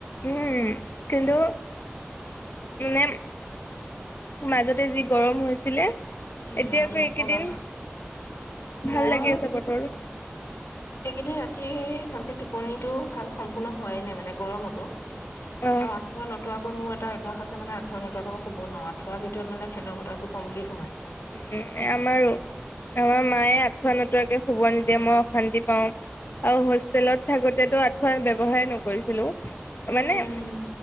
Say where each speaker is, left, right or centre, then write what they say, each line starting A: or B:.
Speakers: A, on the left; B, on the left.
A: উম' কিন্তু মানে। মাজতে যি গৰম হৈছিলে।
B: এ
A: এতিয়াকৌ
B: ৰাম নকবা
A: এইকেইদিন ভাল
B: মই
A: লাগি আছে বতৰ
B: এইকেইদিন ৰাতি ভালকে টোপনিতটো ভাল সম্পূৰ্ণ হোৱাই নাই মানে গৰমতো আৰু
A: অ'।
B: আঠুৱা নথোৱাকৈ মোৰ এটা অভ্যাস আছে তাৰমানে আঠুৱা নতৰাকে মই শুব নোৱাৰো, আঠুৱা ভিতৰত মানে ফেনৰ বতাহটো কমকে সোমায়।
A: উম, আমাৰো। আমাৰ মায়ে আঠুৱা নতুৱাকে শুব নিদিয়ে, মই অশান্তি পাও। আৰু হোষ্টেলত থাকোতেতো আঁঠুৱা ব্যৱহাৰে নকৰিছিলো।
B: উম
A: মানে